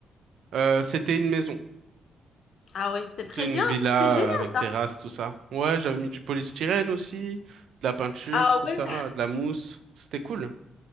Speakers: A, on the right; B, on the left.
A: Euh, c'était une maison,
B: Ah oui, c'est
A: c'était
B: très
A: une
B: bien.
A: villa
B: C'est génial
A: euh, avec
B: ça.
A: terrasse, tout ça. Ouais, j'avais mis du polystyrène aussi, de la peinture,
B: Ah
A: tout
B: ouais,
A: ça, de la mousse. C'était cool.